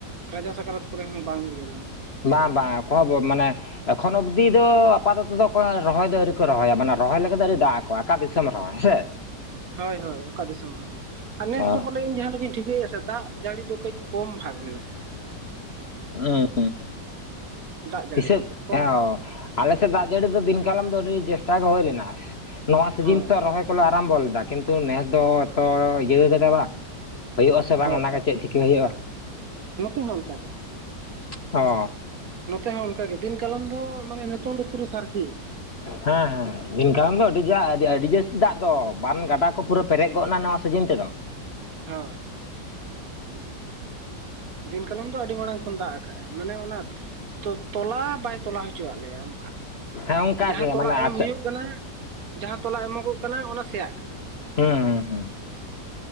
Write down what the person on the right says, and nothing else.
ᱨᱟᱡᱟ ᱥᱟᱠᱨᱟᱛ ᱠᱚᱨᱮ ᱦᱚᱸ ᱵᱟᱝ ᱤᱭᱟᱹ ᱞᱮᱱᱟ ᱾
ᱦᱳᱭ ᱦᱳᱭ ᱚᱠᱟ ᱫᱤᱥᱚᱢ ᱨᱮᱦᱚᱸ ᱟᱨ ᱱᱮᱥ
ᱫᱚ ᱯᱟᱞᱮ ᱤᱧ ᱡᱟᱦᱟᱸ ᱞᱮᱠᱟᱧ ᱴᱷᱤᱠᱟᱹᱭᱮᱫᱼᱟ ᱥᱮ ᱫᱟᱜ ᱡᱟᱹᱲᱤ ᱫᱚ ᱠᱟᱹᱡ ᱠᱚᱢ ᱵᱷᱟᱜ ᱢᱮᱱᱟᱜᱼᱟ ᱾
ᱫᱟᱜ ᱡᱟᱹᱲᱤ
ᱫᱚ ᱠᱚᱢ
ᱵᱷᱟᱜᱽ ᱢᱮᱱᱟᱜᱼᱟ
ᱦᱳᱭ
ᱦᱳᱭ
ᱱᱚᱛᱮ ᱦᱚᱸ ᱚᱱᱠ ᱜᱮ ᱾
ᱱᱚᱛᱮ ᱦᱚᱸ ᱚᱱᱠᱟᱜᱮ ᱫᱤᱱ ᱠᱟᱞᱚᱢ ᱫᱚ ᱢᱟᱱᱮ ᱱᱤᱛᱚᱝ ᱫᱚ ᱯᱩᱨᱟᱹ ᱥᱟᱹᱨᱫᱤ ᱾
ᱦᱳᱭ ᱫᱤᱱ ᱠᱟᱞᱚᱢ ᱫᱚ ᱟᱹᱰᱤ ᱢᱟᱲᱟᱝ ᱠᱷᱚᱱ ᱫᱟᱜ ᱟᱠᱟᱫᱼᱟᱭ ᱢᱟᱱᱮ ᱚᱱᱟ ᱛᱚᱞᱟ ᱵᱟᱭ ᱛᱚᱞᱟ ᱦᱚᱪᱚᱣᱟᱜ ᱞᱮᱭᱟ ᱚᱱᱠᱟ
ᱡᱟᱦᱟᱸ
ᱛᱚᱞᱟ
ᱮᱢ
ᱦᱩᱭᱩᱜ ᱠᱟᱱᱟ ᱡᱟᱦᱟᱸ ᱛᱚᱞᱟ ᱮᱢᱚᱜᱚᱜ ᱠᱟᱱᱟ ᱚᱱᱟ ᱥᱮᱭᱟᱜ ᱠᱟᱱᱟ